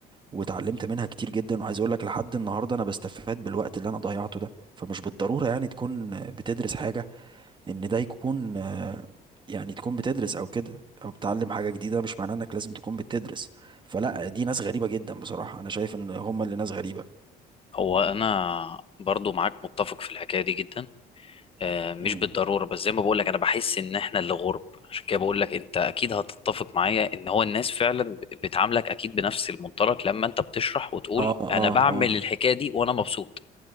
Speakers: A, on the right; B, on the left.
A: وتعلمت منها كتير جدا وعايز أقول لك لحد النهاردة أنا بستفاد بالوقت اللي أنا ضيعته ده فمش بالضرورة يعني تكون بتدرس حاجة ان ده يكون آه، يعني تكون بتدرس او كده او بتعلم حاجة جديدة مش معناه انك لازم تكون بتدرس فلا دي ناس غريبة جدا بصراحة انا شايف ان هم اللي ناس غريبة
B: هو انا برضو معاك متفق في الحكايه دي جدا آه، مش
A: مم.
B: بالضروره بس زي ما بقول لك انا بحس ان احنا اللي غرب عشان كده بقول لك انت اكيد هتتفق معايا ان هو الناس فعلا ب- بتعاملك اكيد بنفس المنطلق لما انت بتشرح وتقول
A: اه
B: انا
A: اه
B: بعمل
A: اه
B: الحكايه دي وانا مبسوط